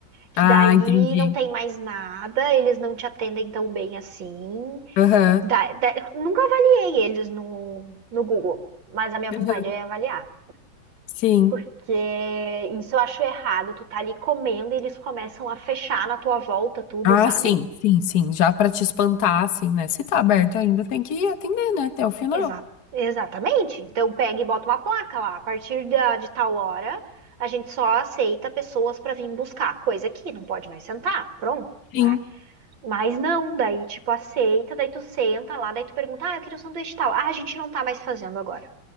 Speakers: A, on the right; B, on the left.
A: Que
B: Ah,
A: daí
B: entendi.
A: não tem mais nada, eles não te atendem tão bem assim.
B: Aham.
A: Da- da- nunca avaliei eles no, no Google, mas a minha vontade
B: Aham.
A: é avaliar.
B: Sim.
A: Porque isso eu acho errado. Tu tá ali comendo e eles começam a fechar na tua volta tudo,
B: Ah,
A: sabe?
B: sim, sim, sim. Já pra te espantar, assim, né? Se tá aberto ainda, tem que atender, né? Até o final.
A: Exa- exatamente. Então pega e bota uma placa lá. A partir da, de tal hora, a gente só aceita pessoas para vir buscar coisa que não pode mais sentar. Pronto,
B: Sim.
A: né? Mas não, daí tipo aceita, daí tu senta lá, daí tu pergunta: "Ah, eu queria um sanduíche tal". Ah, a gente não tá mais fazendo agora.